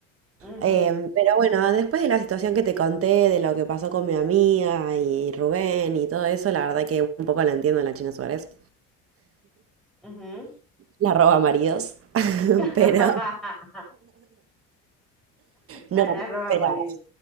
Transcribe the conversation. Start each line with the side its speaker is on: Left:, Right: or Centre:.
Centre: mhm,
Right: Em, pero bueno, después de la situación que te conté, de lo que pasó con mi amiga y Rubén y todo eso, la verdad que un poco la entiendo a la China Suárez.
Centre: mhm.
Right: La roba maridos, <laughs>
Centre: <laughs>
Right: pero... No,
Centre: Ay, la roba
Right: pero
Centre: marido,